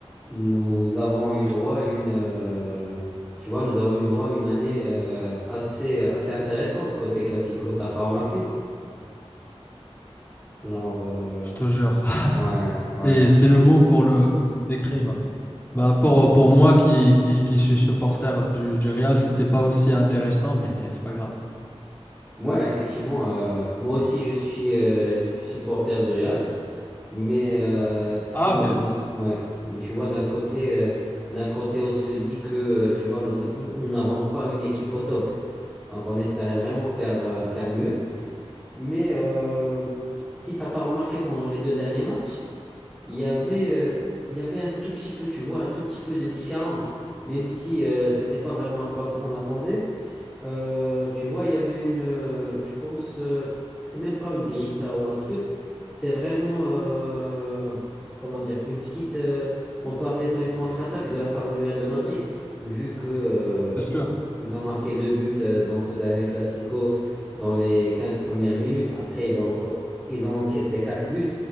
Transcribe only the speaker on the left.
Je te jure. <laughs>
Et
c'est le mot pour le pour le décrire. là. Ben pour,
pour moi qui, qui, qui suis supporter du, du Real, c'était pas aussi intéressant, mais c'est pas grave.
Ah,
ok,
c'est
sûr.